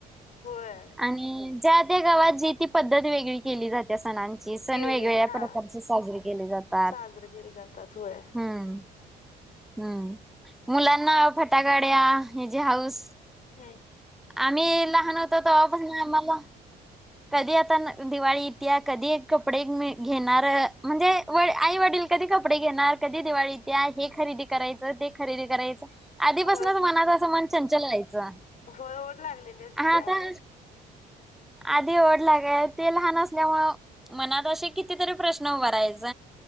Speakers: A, on the left; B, in the centre.
A: होय.
B: आणि ज्या त्या गावात जी, ती पद्धत वेगळी. केली जाते सणांची, सण
A: केळी
B: वेगवेगळ्या
A: हा
B: प्रकारचे साजरे केले जातात.
A: साजरे केले जातात होय
B: हम्म. हम्म, मुलांना फटाकड्या हेची हाऊस.
A: हम्म.
B: आम्ही लहान होतो, तवापसण आम्हाला. कधी आता दिवाळी इत्या, कधी कपडे घेणार म्हणजे. व- आई वडील कधी कपडे घेणार, कधी दिवाळी इत्या हे खरेदी. करायचं ते खरेदी करायचं, आधीपासूनच
A: होय
B: मनात असं मन चंचल व्हायचं.
A: होय ओढ लागलेली असतेय
B: आता
A: आणि
B: आधी ओढ लागायला ते लहान असल्यामुळे. मनात असे कितीतरी प्रश्न उभारायच.